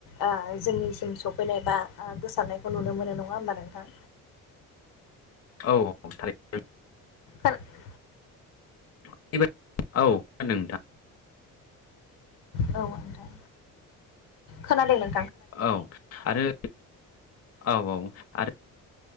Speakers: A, on the left (about 70°); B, on the left (about 45°).
A: ओ जोंनिसिम सफैनाय बा ओ गोसारनायखौ नुनो मोनो नङा होमबा नोंथां?
B: औ थारैनो।
A: औ
B: ओ। <unintelligible> औ नोंथां
A: औ नोंथां। खोनादों नों
B: औ आरो औ औ आरो